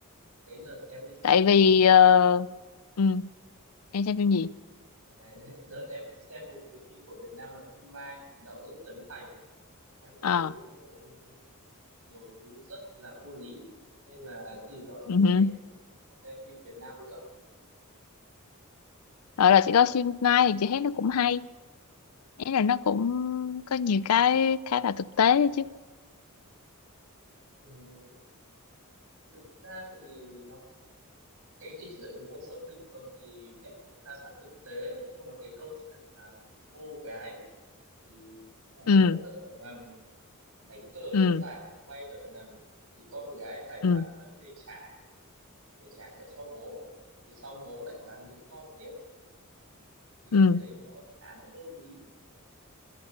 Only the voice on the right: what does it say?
Cái đợt em đi xem
phim,
à, <laughs> đợt em xem một cái phim của Việt Nam là phim Mai, đạo diễn Trấn Thành em thấy
ừ, nhiều thứ rất là vô lý nên là từ đó
trở đi
em không có xem phim Việt Nam nữa
ừ, thực ra thì nó cũng- cái cái chuyện cuộc sống bình thường thì viết cũng khá sát thực tế nhưng mà cái câu chuyện mà một cô gái thì bố
nợ nần đánh cờ
đánh bạc vay nợ nần thì con gái phải
bán thân để trả để trả nợ cho bố thì sau bố lại bán đứng con tiếp thì
em thấy nó khá là vô lý